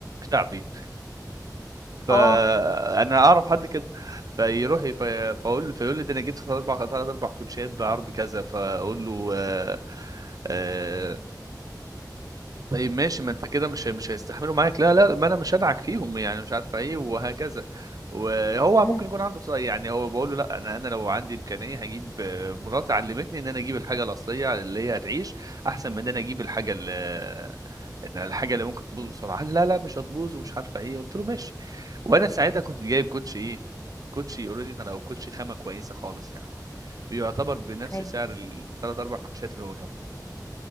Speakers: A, on the right; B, on the left.
A: شعبي فانا
B: اه
A: اعرف حد كده فيروح ي- في- فاقول له فيقول لي ده انا جبت ثلاث اربع ثلاث اربع كوتشيات بعرض كذا فاقول له آه، آه، طيب ماشي ما انت كده مش مش هيستحملوا معاك لا لا لا، ما انا مش هدعك فيهم يعني مش عارفه ايه وهكذا وهو
B: امم
A: ممكن يكون عنده صح- يعني هو بقول له لا انا انا لو عندي امكانيه هجيب آه، مراتي علمتني ان انا اجيب الحاجه الاصليه اللي هي هتعيش احسن من ان انا اجيب الحاجه اللي إن الحاجه اللي ممكن تبوظ بسرعه قال لي لا لا مش هتبوظ ومش عارفه ايه قلت له ماشي وانا ساعتها كنت جايب كوتشي ايه كوتشي اوريجينال او كوتشي خامه كويسه خالص يعني بيعتبر بنفس
B: اي
A: سعر الثلاث اربع كوتشات اللي هو جابهم